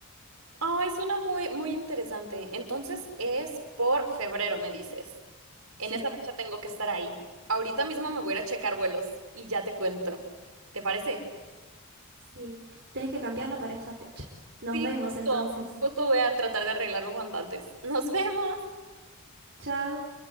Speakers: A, on the right; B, on the right.
A: Ay, suena muy, muy interesante. Entonces es por febrero, me dices. En
B: Sí,
A: esa fecha tengo que estar ahí. Ahorita mismo me voy a ir a checar vuelos y ya te cuento. ¿Te parece?
B: sí. Tenés que cambiarlo para esa fecha. Nos
A: Sí,
B: vemos
A: justo.
B: entonces.
A: Justo voy a tratar de arreglarlo cuanto antes. Nos vemos.
B: Chao.